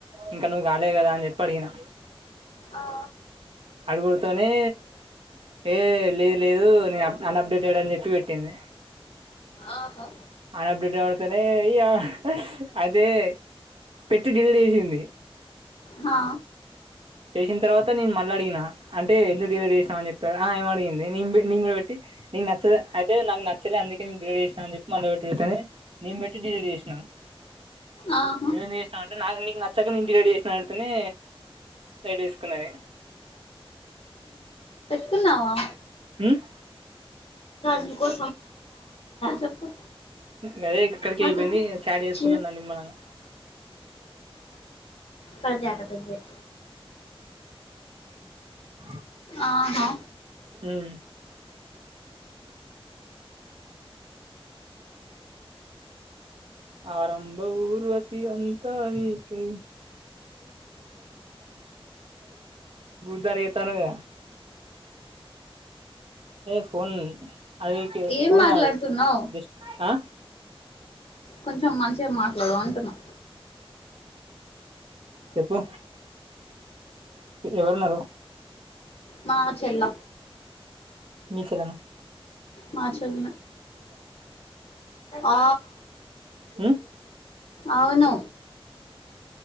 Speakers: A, on the right (about 65°); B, on the left (about 80°).
A: ఇంకా నువ్వు కాలేదు కదా అని చెప్పి అడిగిన
B: ఆ
A: అడుగుడుతోనే ఏ లేదు లేదు నేను అన్అప్డేటెడ్ అని చెప్పి పెట్టింది
B: ఆహ
A: అన్అప్డేటెడ్ అడిగితేనే ఇగ అయితే పెట్టి డిలీట్ చేసింది
B: హా
A: చేసిన తర్వాత నేను మళ్ళ అడిగిన అంటే ఎందుకు డిలీట్ చేసినావు అని చెప్పి ఆ ఏమ అడిగింది నీ నీ కూడా పెట్టి నీకు నచ్చదు అయితే నాకు నచ్చలేదు అందుకే నచ్చలే అందుకే డిలీట్ చేసిన అని చెప్పి మళ్ళీ పెట్టి పెతే నేను పెట్టి డిలీట్ చేసినా
B: ఆహ
A: నువు ఎందుకు చేసినవ్ అంటే నాకు నీకు నచ్చక నేను డిలీట్ చేసిన అడిగితేనే లైట్ తీసుకున్నది
B: తిన్నావా
A: హ్మ్
B: చెప్పు చెప్పు
A: గదే ఇక్కడికి
B: అ
A: అయిపోయింది
B: చెప్పు
A: చాట్ చేసుకుంటున్నా నిమ్మలంగా
B: పరచాట పేద్దయ్
A: ఆ
B: ఆహా
A: హ్మ్ ఆరంభ ఊర్వసి అంతా నీకె <inaudible> చేతనావ్ కదా ఏ ఫోన్ అదికె
B: ఏం
A: ఫోన్
B: మాట్లాడుతున్నావ్
A: కాదు జస్ట్ ఆహ్
B: కొంచెం మంచిగా మాట్లాడు అంటున్నా
A: చెప్పు ఎవరున్నారు
B: మా చెల్ల
A: మీచను
B: మాచల్ ఆ
A: అ
B: అవును